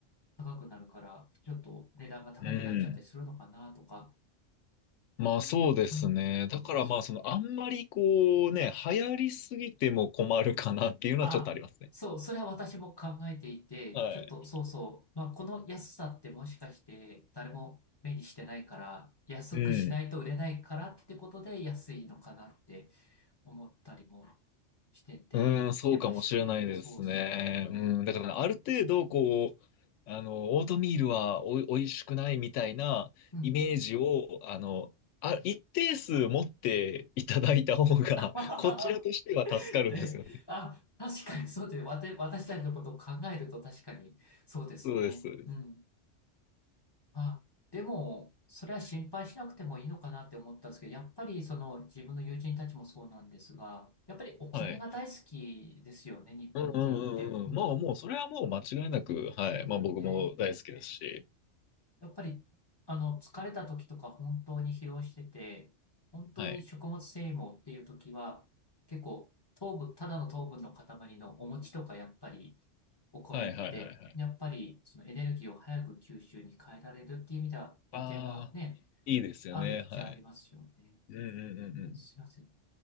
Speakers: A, on the left (about 25°); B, on the left (about 75°).
A: 高くなるから、ちょっと値段が高くなっちゃったりするのかなとか、
B: うん。まあそうですね。
A: うん、思います
B: だからまあそのあんまりこうね、流行りすぎても困るかなっていうのはちょっとありますね。
A: あ、そう、それは私も考えていて、
B: はい。
A: ちょっとそうそう、まあ、この安さってもしかして誰も目にしてないから、安くしないと売れないからってことで安いのかなって
B: うん。
A: 思ったりもしてて、
B: うん、そうかもしれないですね。
A: してまして、そうそ
B: うん。だからある程度こう、あの、オートミールはおい、おいしくないみたいなイメージを、
A: う。うんうん。
B: あの、あ、一定数持っていただいた方が、
A: <laughs>
B: <laughs> こちらとしては助かるんですよね。
A: ええ、あ、確かにそうで、わた私たちのことを考えると確かにそうですね。
B: そうです、そうです。
A: うんあ、でも、それは心配しなくてもいいのかなって思ったんですけど、やっぱりその自分の友人たちもそうなんですが、やっぱりお米が大好きですよね、
B: はい。
A: 日本人って。
B: うんうんうんうん。
A: うん。
B: まあもう、それはもう間違いなく、はい。
A: ですよね。
B: まあ僕も大好きですし。
A: やっぱり、あの、疲れた時とか本当に疲労してて、本当に食物繊維もっていう時は、
B: はい。
A: 結構糖分、ただの糖分の塊のお餅とかやっぱり、お米って、
B: はいはいはいはい。
A: やっぱりそのエネルギーを早く吸収に変えられるっていう意味では、利点はね、
B: ああ、いいですよね。
A: あるっちゃありますよね。
B: はい。うんうんうんうん。
A: すいません。